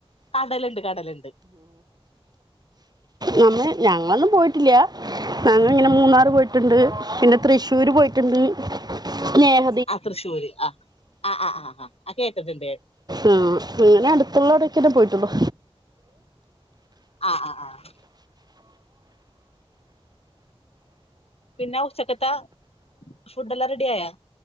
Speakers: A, on the left; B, on the right.
A: കടലുണ്ട് കടലുണ്ട്
B: നമ്മ് ഞങ്ങളൊന്നും പോയിട്ടില്ല്യ ഞങ്ങള് ഇങ്ങനെ മൂന്നാർ പോയിട്ട്ണ്ട്. പിന്നെ തൃശ്ശൂര് പോയിട്ടുണ്ട് നേഹ
A: അ തൃശൂര് അ ആ ആ ആ കേട്ടിട്ട്ണ്ട് ഞാന്
B: ഉം, അങ്ങനെ അടുത്തുള്ളോടെക്കെന്നെ പോയിട്ടെള്ളൂ
A: ആ അ ആഹ് പിന്നെ ഉച്ചക്കെത്താ ഫുഡ്ഡെല്ലാം റെഡിയായോ